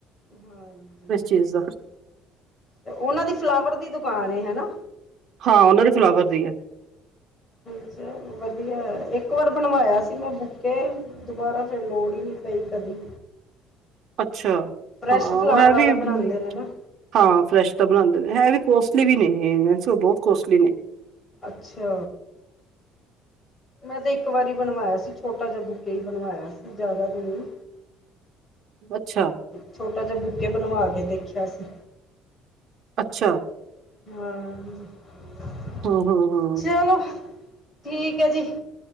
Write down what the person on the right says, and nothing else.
ਚੀਜਾਂ
ਹਾਂ ਉਹਨਾਂ ਦੀ ਫਲਾਵਰ ਦੀ ਏ
ਅੱਛਾ
ਹਾਂ
ਉਹ ਏ
ਵੀ
ਹਾਂ ਫਰੈਸ਼ ਤਾਂ ਬਣਾਉਂਦੇ ਨੇ ਇਹ ਵੀ ਕੋਸਟਲੀ ਵੀ ਨੇ ਇਹ ਬਹੁਤ ਕੋਸਟਲੀ ਨੇ
ਅੱਛਾ
ਅੱਛਾ
ਹੂੰ-ਹੂੰ।